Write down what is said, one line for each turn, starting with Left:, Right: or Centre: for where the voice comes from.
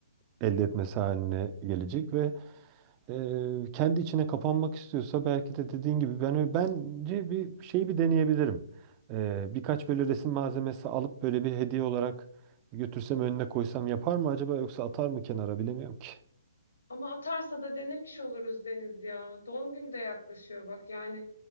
Right: elde etmesi haline gelecek ve Eee, kendi içine kapanmak istiyorsa belki de dediğin gibi ben ö- bence bir şeyi bir deneyebilirim. Eee, birkaç böyle resim malzemesi alıp böyle bir hediye olarak götürsem önüne koysam yapar mı acaba yoksa atar mı kenara bilemiyorum ki.
Left: Ama atarsa da denemiş oluruz Deniz ya. Doğum günü de yaklaşıyor bak. Yani